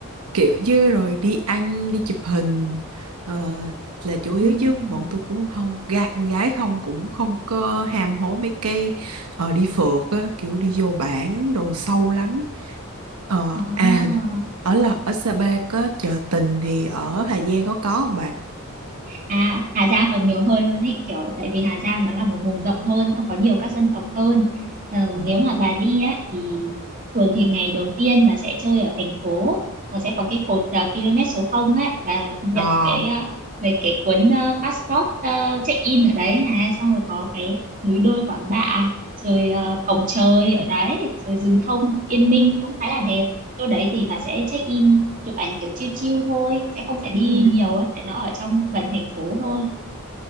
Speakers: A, on the right; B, on the right.
A: kiểu chứ rồi đi ăn đi chụp hình ờ, là chủ yếu
B: Ừm.
A: chứ bọn tôi cũng không gái con gái không cũng không có ham hố mấy cây ờ, đi phượt á, kiểu đi vô bản đồ sâu lắm. Ờ,
B: À.
A: à ở là ở Sapa có chợ tình thì ở Hà Giang có có không bạn?
B: à Hà Giang còn nhiều hơn luôn ấy kiểu tại vì Hà Giang nó là một vùng rộng hơn nó có nhiều các dân tộc hơn ờ,
A: Ờ.
B: nếu mà bà đi á thì thường thì ngày đầu tiên bà sẽ chơi ở thành phố nó sẽ có cái cột ờ, km số không ấy và nhận
A: Ờ.
B: cái ờ, về cái cuốn ờ, passport ờ, check in ở đấy này xong rồi có cái núi đôi Quản Bạ rồi ờ, cổng trời ở đấy rồi rừng thông Yên Minh cũng khá là đẹp chỗ đấy thì bà sẽ check in chụp ảnh kiểu chill chill thôi sẽ không phải đi
A: Ừ.
B: nhiều ấy tại nó ở trong gần thành phố thôi